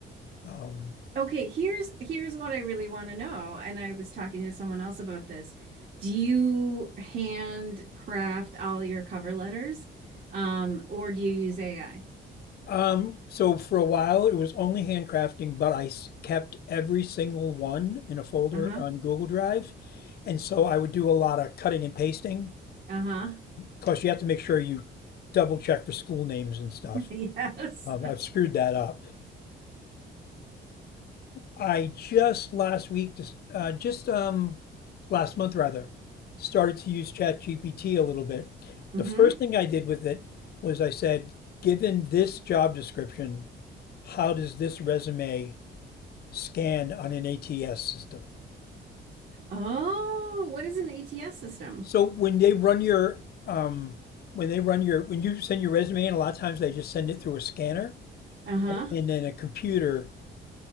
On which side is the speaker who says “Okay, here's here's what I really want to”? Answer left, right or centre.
Right